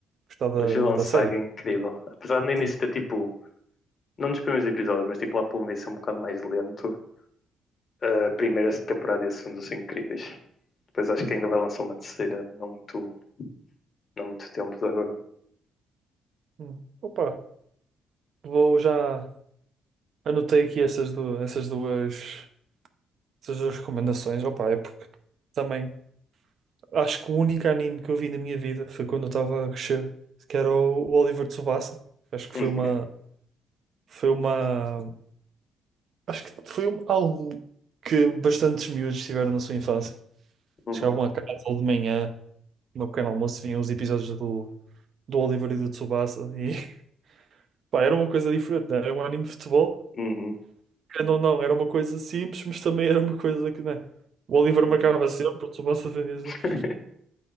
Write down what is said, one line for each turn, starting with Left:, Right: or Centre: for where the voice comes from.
Right: gostar da,
Left: Mas Vilão
Right: da
Left: Saga
Right: série.
Left: é incrível. Apesar de no início
Right: Sim.
Left: ter tipo, não nos primeiros episódios, mas tipo lá pelo meio ser um bocado mais lento, a primeira temporada e a segunda são incríveis. Depois acho que ainda vai lançar uma terceira, não muito, não muito tempo de agora.
Right: Hum. Opa, vou já anotei aqui essas duas, essas duas, essas duas recomendações. Opa, é porque também acho que o único anime que eu vi na minha vida foi quando eu estava a crescer, que era o, o Oliver Tsubasa. Acho que
Left: <laughs>
Right: foi uma, foi uma, acho que foi um- algo que bastantes miúdos tiveram na sua infância.
Left: Uhum,
Right: Chegavam a casa ou de manhã, no meu pequeno almoço, vinham os episódios do, do Oliver e do Tsubasa. E <laughs> pá, era uma coisa diferente, né? Era um anime de futebol,
Left: uhum, uhum.
Right: querendo ou não, era uma coisa simples, mas também era uma coisa que, né? O Oliver
Left: uhum.
Right: marcava sempre, o Tsubasa defendia
Left: <laughs>
Right: sempre.